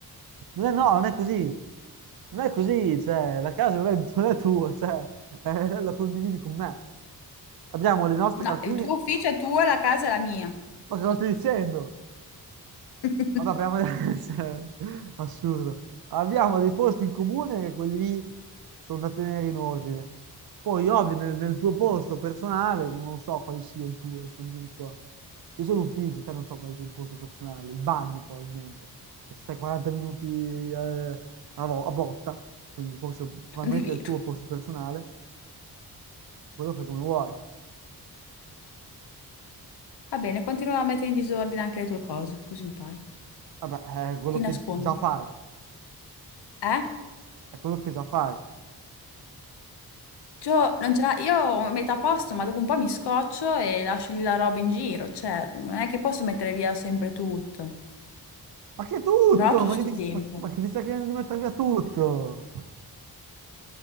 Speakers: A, on the right; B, on the left.
A: non è, no, non è così, non è così, cioè, la casa non è, non è tua, cioè, eh, la condividi con me. Abbiamo le nostre,
B: No,
A: alcuni,
B: il tuo ufficio è tuo, la casa è la mia.
A: ma cosa stai dicendo?
B: <laughs>
A: Vabbè, abbiamo... <laughs> cioè, assurdo. Abbiamo dei posti in comune che quelli sono da tenere in ordine. Poi, ovvio, nel, nel tuo posto personale, che non so quale sia il tuo, adesso non mi ricordo. Io sono l'ufficio, te non so quale sia il posto personale, il bagno probabilmente. E ci stai 40 minuti eh, a, vo- a botta, quindi forse probabilmente
B: Non è vero.
A: è il tuo posto personale, quello fai come vuoi.
B: Va bene, continuo a mettere in disordine anche le tue cose, così impari.
A: Vabbè, è quello
B: Ti
A: che
B: nascondo.
A: già fai,
B: Eh?
A: è quello che già fai.
B: Cioè, non ce l'ha, io ho metà a posto, ma dopo un po' mi scoccio e lascio lì la roba in giro. Cioè, non è che posso mettere via sempre tutto.
A: Ma che tutto?
B: Non ho tutto
A: Ma
B: sto
A: che,
B: tempo.
A: ti, ma che- ma che ti stai chiedendo di mettere via tutto?